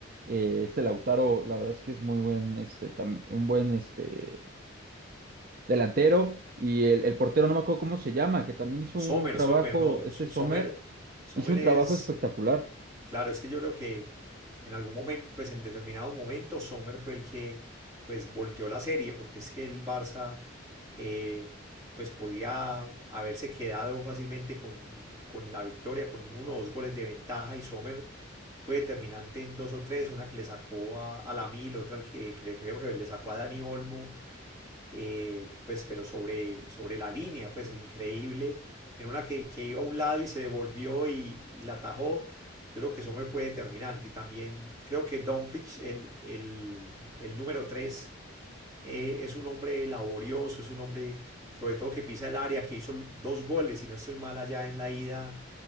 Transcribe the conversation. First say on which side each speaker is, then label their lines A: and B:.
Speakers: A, on the right; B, on the right.
A: Eh, este Lautaro, la verdad es que es muy buen, este, tam- un buen este, delantero, y el, el portero, no me acuerdo cómo se llama, que también hizo
B: Sommer,
A: un trabajo,
B: Sommer, no,
A: este
B: Sommer,
A: Sommer,
B: Sommer
A: hizo un
B: es,
A: trabajo espectacular.
B: claro, es que yo creo que en algún momento, pues en determinado momento, Sommer fue el que pues volteó la serie, porque es que el Barça eh, pues podía haberse quedado fácilmente con, con la victoria, con uno o dos goles de ventaja y Sommer fue determinante en dos o tres, una que le sacó a, a la Mil, otra que, que creo que le sacó a Dani Olmo eh, pues, pero sobre, sobre la línea, pues increíble, en una que, que iba a un lado y se devolvió y, y la atajó. Yo creo que Sommer fue determinante y también creo que Dumfries, el, el, el número tres eh, es un hombre laborioso, es un hombre sobre todo que pisa el área, que hizo dos goles, si no estoy mal allá en la ida